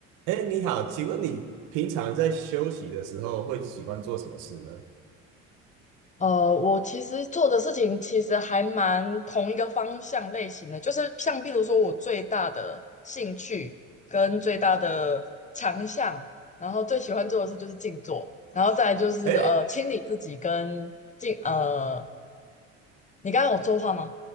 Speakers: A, on the right (about 75°); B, on the left (about 25°).
A: 哎，你好，请问你平常在休息的时候会喜欢做什么事呢？
B: 呃，我其实做的事情其实还蛮同一个方向类型的，就是像譬如说我最大的兴趣跟最大的强项，然后最喜欢做的事就是静坐，然后再来就是呃清理自己跟静呃，
A: 哎，
B: 你刚刚有说话吗？